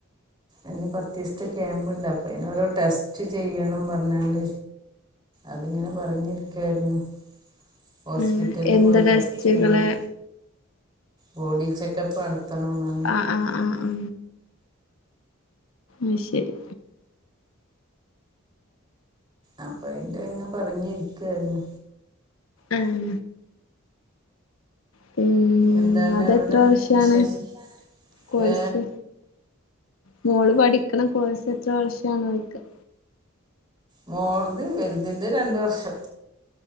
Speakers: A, on the right (about 25°); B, on the left (about 75°).
A: അന് പത്തിസത്തെ ക്യാമ്പ് ഇണ്ട് അപ്പ അയിന് ഓരോ ടെസ്റ്റ് ചെയ്യണം പറഞ്ഞാണ്ട് അതിങ്ങനെ പറഞ്ഞിരിക്കായിരുന്നു. ഹോസ്പിറ്റലില്
B: ഉം എന്ത്
A: പോയി
B: ടെസ്റ്റുകള്
A: ടെസ്റ്റ് ചെയ്യാണ് ബോഡി ചെക്കപ്പ് നടത്തണംന്ന്
B: ആഹ് ആഹ് ആഹ് ആ ശരി
A: അപ്പ അതിന്റെ ഇങ്ങ് പറഞ്ഞരിക്കായിരുന്നു.
B: ഉം പിന്നെ
A: എന്താണ്
B: അതെത്ര
A: അവിടെ
B: വർഷാണ്
A: വിശേഷം
B: കോഴ്സ്
A: ഏ
B: മോള് പഠിക്കണ കോഴസ് എത്ര വർഷണോ ചോയ്ക്ക
A: മോള്ത് വലുതിന്റെ രണ്ട് വർഷം